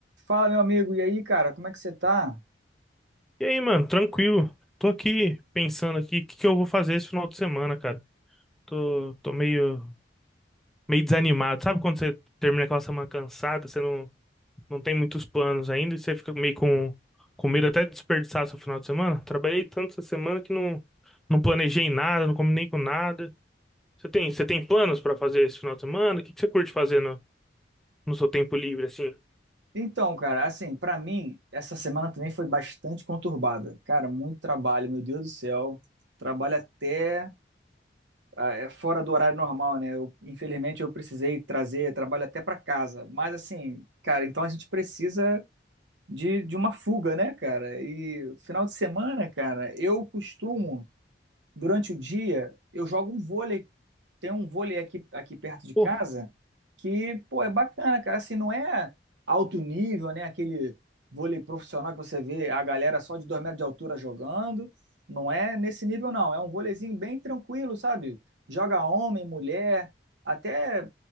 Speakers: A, on the right (about 85°); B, in the centre.
A: Fala, meu amigo, e aí, cara, como é que você tá?
B: E aí, mano, tranquilo. Tô aqui pensando aqui o que que eu vou fazer esse final de semana, cara. Tô, tô meio, meio desanimado. Sabe quando você termina aquela semana cansada, você não, não tem muitos planos ainda e você fica meio com, com medo até de desperdiçar seu final de semana? Trabalhei tanto essa semana que não, não planejei nada, não combinei com nada. Você tem, você tem planos pra fazer esse final de semana? O que que você curte fazer no, no seu tempo livre, assim?
A: Então, cara, assim, pra mim, essa semana também foi bastante conturbada. Cara, muito trabalho, meu Deus do céu. Trabalho até ah, é fora do horário normal, né? Eu, infelizmente, eu precisei trazer trabalho até pra casa. Mas, assim, cara, então a gente precisa de, de uma fuga, né, cara? E final de semana, cara, eu costumo, durante o dia, eu jogo um vôlei tem um vôlei aqui, aqui perto de casa
B: Pô,
A: que, pô, é bacana, cara. Assim, não é alto nível, né? Aquele vôlei profissional que você vê a galera só de 2 metros de altura jogando. Não é nesse nível, não. É um vôleizinho bem tranquilo, sabe? Joga homem, mulher, até